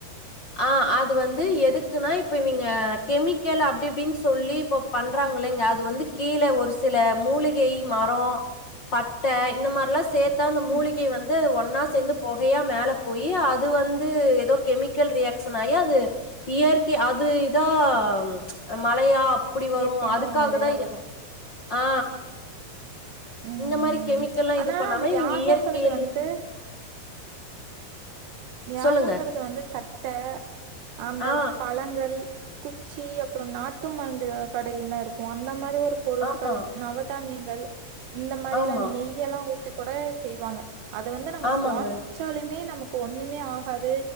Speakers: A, on the left; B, on the right.
A: ஆ அது வந்து எதுக்குன்னா இப்ப இவிங்க கெமிக்கல் அப்டி இப்டின் சொல்லி இப்போ பண்றாங்கலைங்க அது வந்து கீழ ஒரு சில மூலிகை மரொ பட்ட இந்த மாரில்லா சேத்தா அந்த மூலிகை
B: ம்
A: வந்து அது ஒன்னா சேந்து பொகையா மேலப் போயி அது வந்து எதோ கெமிக்கல் ரியாக்ஷன் ஆயி அது இயற்கை அது இதா ம் மழையா அப்டி வரு
B: இயற்கையான
A: அதுக்காகத்
B: ஒரு மழையா
A: தா இது
B: வரு
A: ஆ
B: ம்
A: இந்த மாரி கெமிக்கலா
B: ஆனா
A: இது பண்ணாம
B: அந்த
A: இவங்க
B: யாகங்கிறது
A: இயற்கையிலே
B: வந்து யாகங்கறது
A: சொல்லுங்க.
B: வந்து கட்ட அந்தப்
A: ஆ,
B: பழங்கள் குச்சி அப்பனறோ நாட்டு மருந்துவ கடைலலா இருக்கூ அந்த மாரி ஒரு பொருள்கள்
A: ஆமா,
B: நவ தானியங்கள் இந்த மாரி
A: ஆமா,
B: தா நெய்யெல்லா ஊத்தி கூட செய்வாங்க அது வந்து நம்ம
A: ஆமாங்க,
B: சுவாசிச்சாலுமே நமக்கு ஒண்ணுமே ஆகாது